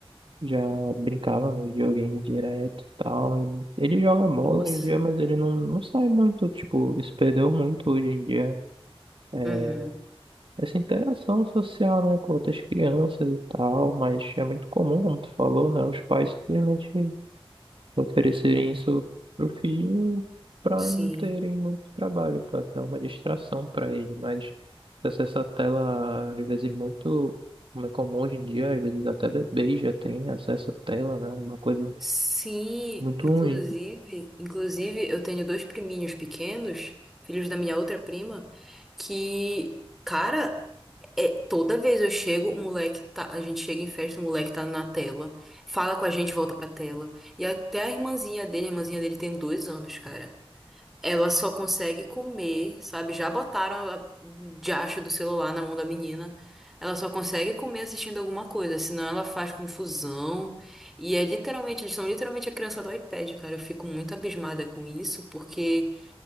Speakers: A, on the right (about 60°); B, in the centre.
A: Já brincava no videogame direto e tal. e Ele joga
B: Nossa.
A: bola hoje em dia, mas ele não, não sai muito. Tipo, isso perdeu muito hoje em dia. é,
B: Uhum.
A: essa interação social, né, com outras crianças e tal. Mas é muito comum, como tu falou, né? Os pais simplesmente oferecerem isso pro filho para
B: Sim.
A: não terem muito trabalho, para dar uma distração para ele. Mas essa essa tela, às vezes, muito. Como é comum hoje em dia, às vezes até bebês já têm acesso à tela, né? Uma coisa
B: Sim,
A: muito
B: inclusive,
A: ruim.
B: inclusive eu tenho dois priminhos pequenos, filhos da minha outra prima, que, cara, É, toda vez eu chego, o moleque tá, a gente chega em festa, o moleque tá na tela, fala com a gente, volta pra tela. E até a irmãzinha dele, a irmãzinha dele tem dois anos, cara. Ela só consegue comer, sabe? Já botaram a, a diacho do celular na mão da menina. Ela só consegue comer assistindo alguma coisa, senão ela faz confusão. E é literalmente, eles são literalmente a criança do iPad, cara. Eu fico muito abismada com isso, porque